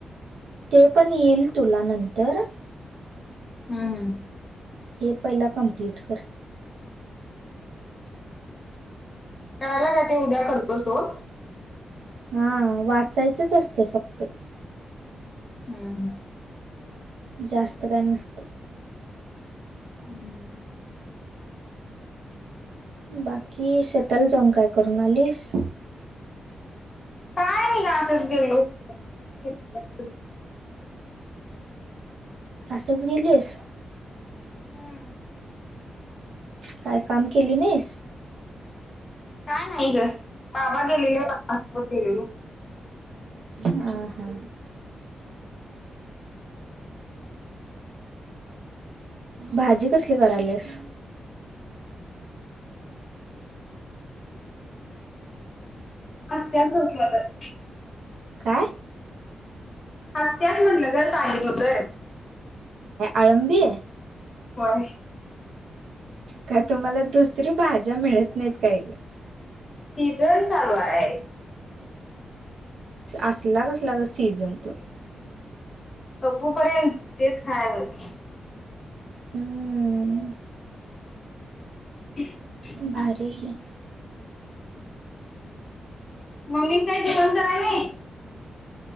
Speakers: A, on the right; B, on the left.
A: ते पण येईल तुला नंतर.
B: हम् हम.
A: हे पहिला कम्प्लीट कर.
B: करायला काय ते उद्या करतो सोड.
A: हा वाचायचंच असते फक्त.
B: हम् हम.
A: जास्त काही नसतेय.
B: हम्म <inaudible>
A: बाकी शेताला जाऊन काय करून आलीस
B: काय म कांच गेलो <inaudible>
A: असंच गेलीस.
B: हम्म.
A: काय काम केली नाहीस.
B: काय नाही ग बाबा गेलेले बा गेलेलो <inaudible>
A: हं हा भाजी कसली करायलीस
B: आ त्यातवातच
A: काय
B: हसत्याच म्हणलं ग चांगलं होत
A: आळंबी.
B: होय.
A: का तुम्हाला दुसरी भाज्या मिळत नाहीत काय ग
B: सीझर चालू आहे.
A: असला कसला का सीझन तो.
B: चपूपर्यंत तेच खायला लाते
A: हम्म
B: <inaudible>
A: भार क
B: मम्मी काही ठवणंतराय नाही